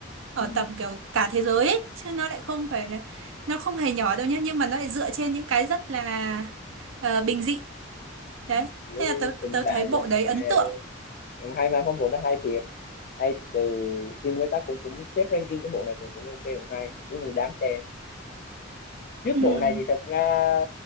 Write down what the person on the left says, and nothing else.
ừ,
ừ. kiểu
tình
bạn
thì
tình
bạn
bè
thôi Ừ, hay mà không bộ nó hay thiệt hay từ thì người ta cũng cũng xếp ranking cái bộ này cũng cũng ok cũng hay đúng là đáng xem trước
bộ này thì thật ra